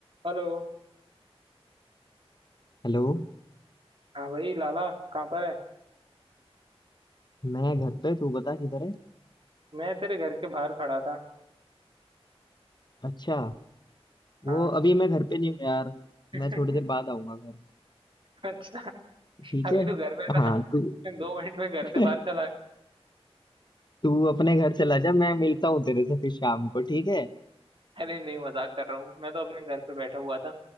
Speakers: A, on the right (about 55°); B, on the left (about 45°).
A: हेलो
B: हेलो
A: हाँ भाई लाला कहाँ पर है
B: मैं घर पे तू बता किधर है
A: मैं तेरे घर के बाहर खड़ा था
B: अच्छा वो
A: हाँ
B: अभी मैं घर पे नहीं हूँ यार
A: <laughs>
B: मैं थोड़ी देर बाद आऊंगा घर
A: अच्छा
B: ठीक
A: अभी
B: है
A: तो घर में था
B: हाँ तू
A: मैं दो मिनट में घर
B: <laughs>
A: से बाहर चला गया।
B: तू अपने घर चला जा मैं मिलता हूँ तेरे से फिर शाम को ठीक है
A: अरे नहीं मजाक कर रहा हूँ मैं तो अपने घर पे बैठा हुआ था